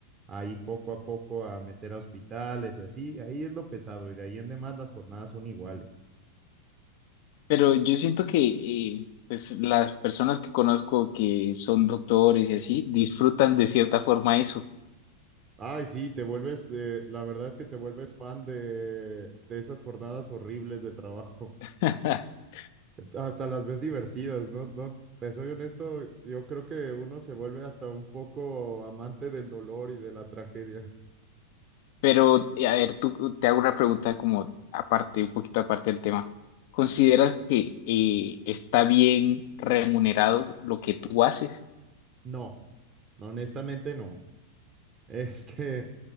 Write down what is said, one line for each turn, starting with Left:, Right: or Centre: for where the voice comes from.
Right: ahí poco a poco a meter a hospitales y así. Ahí es lo pesado y de ahí en demás las jornadas son iguales.
Left: Pero yo siento que eh, pues, las personas que conozco que son doctores y así disfrutan de cierta forma eso.
Right: Ay, sí, te vuelves, eh, la verdad es que te vuelves fan de, de esas jornadas horribles de trabajo.
Left: <laughs>
Right: hasta las ves divertidas, ¿no? No, te soy honesto, yo creo que uno se vuelve hasta un poco amante del dolor y de la tragedia.
Left: Pero, eh, a ver, tú te hago una pregunta como aparte, un poquito aparte del tema. ¿Consideras que eh, está bien remunerado lo que tú haces?
Right: No, honestamente no. <laughs> Este,